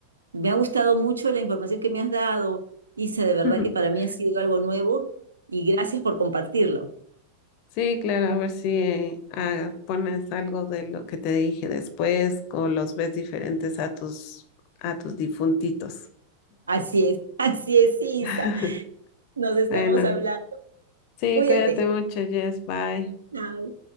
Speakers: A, on the right; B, on the left.
A: Me ha gustado mucho la información que me has dado, Isa. De verdad
B: <laughs>
A: que para mí ha sido algo nuevo y gracias por compartirlo.
B: Sí, claro, a ver si eh, ah, pones algo de lo que te dije después o los ves diferentes a tus a tus difuntitos.
A: Así es, <laughs> así es, Isa.
B: <laughs>
A: Nos estamos
B: Bueno,
A: hablando.
B: sí,
A: Cuídate.
B: cuídate mucho, Jess. Bye.
A: Chao.